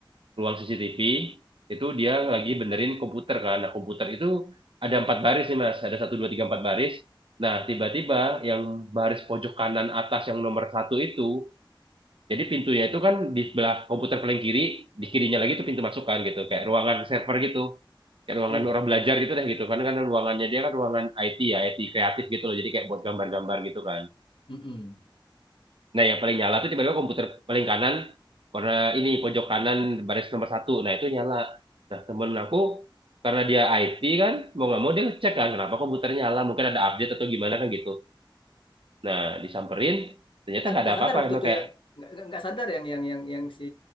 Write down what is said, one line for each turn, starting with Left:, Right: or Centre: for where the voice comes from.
Right: ruang CCTV itu dia lagi benerin komputer kan. Nah komputer itu ada empat baris nih mas. Ada satu dua tiga empat baris. Nah tiba-tiba yang baris pojok kanan atas yang nomor satu itu jadi pintunya itu kan di sebelah komputer paling kiri, di kirinya lagi itu pintu masukan gitu, kayak ruangan server gitu. Kayak ruangan
Left: Iya.
Right: orang belajar gitu deh gitu karena kan ruangannya dia kan ruangan IT ya, IT kreatif gitu loh. Jadi kayak buat gambar-gambar gitu kan.
Left: Mm-mm.
Right: Nah, yang paling nyala tuh tiba-tiba komputer paling kanan karena ini pojok kanan baris nomor satu. Nah, itu nyala. Nah, temen aku karena dia IT kan mau nggak mau dia cek kan kenapa komputernya nyala mungkin ada update atau gimana kan gitu nah disamperin ternyata
Left: Ah,
Right: nggak
Left: Nggak
Right: ada apa-apa
Left: sadar waktu
Right: emang
Left: itu
Right: kayak
Left: yang nggak nggak nggak sadar yang yang yang yang si